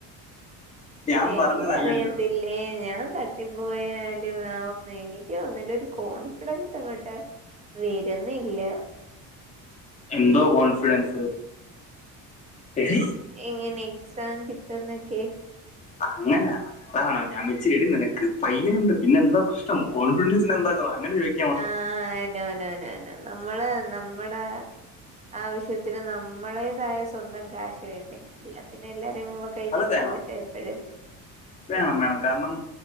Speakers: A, on the left (about 20°); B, on the right (about 20°).
A: ഞാൻ
B: എനിക്ക്
A: പറഞ്ഞതല്ലല്ലോ
B: അറിയത്തി ല്ലേ ഞാൻ തട്ടിപ്പോയാലും ആവൂന്ന് എനിക്ക് തോന്നുന്നില്ല. ഒരു കോൺഫിഡൻസ് അങ്ങോട്ട് വെരുന്നില്ല.
A: എന്തോ കോൺഫിഡൻസ് എടീ
B: എങ്ങനെ എക്സാം കിട്ടുന്നൊക്കെ.
A: അങ്ങനാ അതാണോ ഞാൻ വെച്ച് എടീ നിനക്ക് പയ്യനുണ്ട് പിന്നെന്താ പ്രശ്നം. കോൺഫിഡൻസിന് എന്താ കുറവ് അങ്ങനെ ചോയ്
B: ആഹ് നോ നോ നോ നമ്മള് നമ്മടെ ആവശ്യത്തിന് നമ്മളേതായ സ്വന്തം കാശ് വേണ്ടെ. എല്ലാത്തിനും എല്ലാവരെയും മുമ്പെ കൈ
A: അത്
B: നീട്ടാൻ
A: വേണ്ട
B: പറ്റോ എപ്പഴും.
A: വേണം വേണം. കാരണം